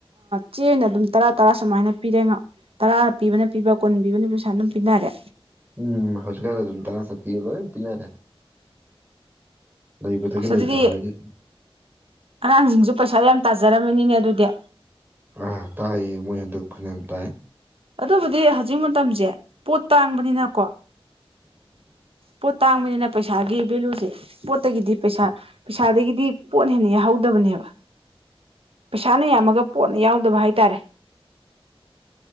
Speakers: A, on the right; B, on the right.
A: ꯆꯦꯅ ꯑꯗꯨꯝ ꯇꯔꯥ ꯇꯔꯥ ꯁꯨꯃꯥꯏꯅ ꯄꯤꯔꯦꯣ ꯇꯔꯥ ꯄꯤꯕꯅ ꯄꯤꯕ ꯀꯨꯟ ꯄꯤꯕꯅ ꯄꯤ ꯁꯨꯃꯥꯏꯅ ꯑꯗꯨꯝ ꯄꯤꯅꯔꯦ
B: ꯎꯝ ꯍꯖꯒꯒꯥ ꯑꯗꯨ ꯇ ꯁ ꯄꯤꯅꯔꯦ ꯂꯩꯕꯗꯒꯤ
A: ꯑꯁ
B: ꯂꯩꯇꯕꯗꯒꯤ
A: ꯑꯗꯨꯗꯤ ꯑꯉꯥꯡꯁꯤꯡꯁꯨ ꯄꯩꯁꯥ ꯌꯥꯝ ꯇꯥꯖꯔꯝꯃꯅꯤꯅꯦ ꯑꯗꯨꯗꯤ
B: ꯑꯥ ꯇꯥꯛꯌꯦ ꯃꯣꯏ ꯍꯟꯗꯛ ꯐꯅꯌꯥꯝ ꯇꯥꯏ
A: ꯑꯗꯨꯕꯨꯗꯤ ꯍꯧꯖꯤꯛ ꯃꯇꯝꯁꯦ ꯄꯣꯠ ꯇꯥꯡꯕꯅꯤꯅꯀꯣ ꯄꯣꯠ ꯇꯥꯡꯕꯅꯤꯅ ꯄꯩꯁꯥ ꯄꯩꯁꯥꯒꯤ ꯚꯦꯂꯨꯁꯦ ꯄꯣꯠꯇꯒꯤꯗꯤ ꯄꯩꯁꯥ ꯄꯩꯁꯥꯗꯒꯤꯗꯤ ꯄꯣꯠꯅ ꯍꯦꯟꯅ ꯌꯥꯎꯍꯧꯗꯕꯅꯦꯕ ꯄꯩꯁꯥꯅ ꯌꯥꯝꯃꯒ ꯄꯣꯠꯅ ꯌꯥꯎꯗꯕ ꯍꯥꯏꯇꯥꯔꯦ